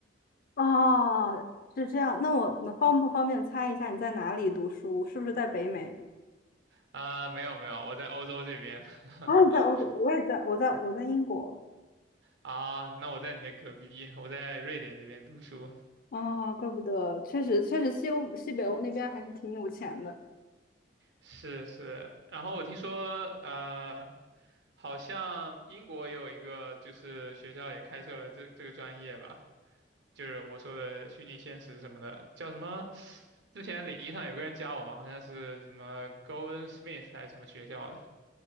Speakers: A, on the left (about 50°); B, on the right (about 70°).
A: 啊，是这样。那我能方不方便猜一下你在哪里读书？是不是在北美？
B: 啊、没有没有，我在欧洲这边。
A: 啊，你在欧洲，
B: <laughs>
A: 我也在，我在我在英国。
B: 啊，那我在你那隔壁，我在瑞典这边读书。
A: 啊，怪不得，确实确实西欧西北欧那边还是挺有钱的。
B: 是是，然后我听说，呃，好像英国也有一个，就是学校也开设了这这个专业吧，就是我说的虚拟现实什么的，叫什么？之前领英上有个人加我嘛，好像是什么 Golden Smith 还是什么学校的。